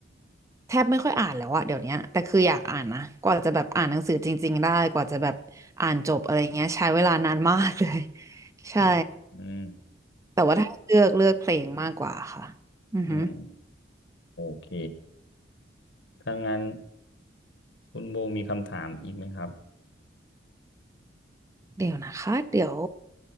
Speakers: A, on the right; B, on the left.
A: แทบไม่ค่อยอ่านแล้วอะเดี๋ยวเนี้ยแต่คืออยากอ่านนะกว่าจะแบบอ่านหนังสือจริงๆได้กว่าจะแบบอ่านจบอะไรเงี้ยใช้เวลานานมากเลย <laughs> ใช่
B: อืมอืม
A: แต่ว่าถ้าเลือกเลือกเพลงมากกว่าค่ะอือฮึ
B: อืมโอเคถ้างั้นคุณโบมีคำถามอีกไหมครับ
A: เดี๋ยวนะคะเดี๋ยว